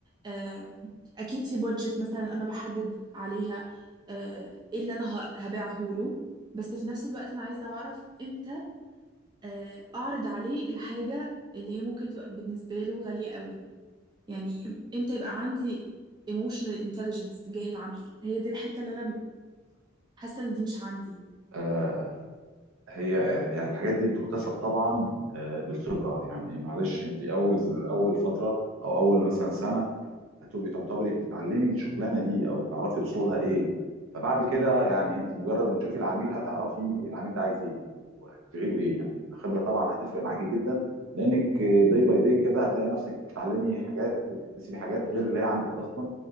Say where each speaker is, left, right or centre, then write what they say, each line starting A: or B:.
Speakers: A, on the right; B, on the right.
A: آم، اكيد في بادجت مثلا انا بحدد عليها آه، ايه اللي انا ه- هبيعه له بس في نفس الوقت انا عايزه اعرف امتى آه، اعرض عليه الحاجه اللي هي ممكن تبقى بالنسبه له غاليه قوي يعني امتى يبقى عندي emotional intelligence تجاه العميل هي دي الحته اللي انا حاسه ان دي مش عندي
B: آه، هي آه، يعني الحاجات دي بتكتسب طبعا آه، بالخبره يعني معلش انت اول اول فتره او اول مثلا سنه هتبقي تعتبري بتتعلمي الشغلانه دي او بتعرفي اصولها ايه فبعد كده يعني انت مجرد ما تشوفي العميل هتعرفي العميل ده عايز ايه وهتبيعي له ايه يعني الخبره طبعا هتفرق معاكي جدا لانك داي باي داي كده هتلاقي نفسك بتتعلمي حاجات وبتكتسبي حاجات غير اللي هي عندك اصلا